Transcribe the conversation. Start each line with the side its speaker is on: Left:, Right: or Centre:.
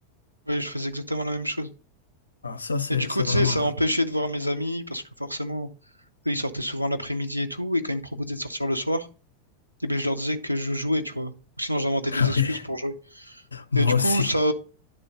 Right: ouais, je faisais exactement la même chose.
Left: Alors ça, c'est
Right: Et du
Left: c'est
Right: coup, tu
Left: vraiment
Right: sais, ça
Left: grave.
Right: empêchait de voir mes amis, parce que forcément, Eux, ils sortaient souvent l'après-midi et tout, et quand ils me proposaient de sortir le soir, eh ben, je leur disais que je jouais, tu vois. Ou sinon, j'inventais
Left: <laughs>
Right: des
Left: Ah
Right: excuses
Left: oui,
Right: pour jouer.
Left: moi
Right: Et du
Left: aussi.
Right: coup, ça,